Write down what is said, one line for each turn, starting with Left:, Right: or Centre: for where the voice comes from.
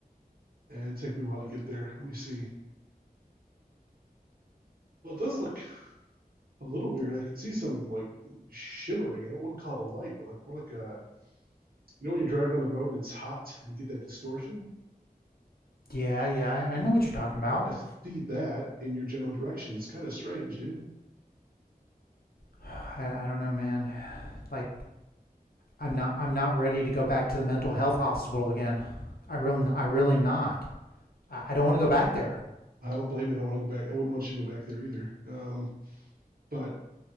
Right: it'd take me a while to get there. Let me see. Well, it does look a little weird. I can see some like shimmering. I wouldn't call it a light, but like more like a You know when you're driving on the road and it's hot and you get that distortion?
Left: Yeah, yeah, I, I know what you're talking about.
Right: I see that in your general direction. It's kind of strange, dude.
Left: <sighs> I, I don't know, man. Like I'm not I'm not ready to go back to the mental health hospital again. I really I really not. I, I don't want to go back there.
Right: I don't blame you. I don't want to go back. I wouldn't want you to go back there either. Um, but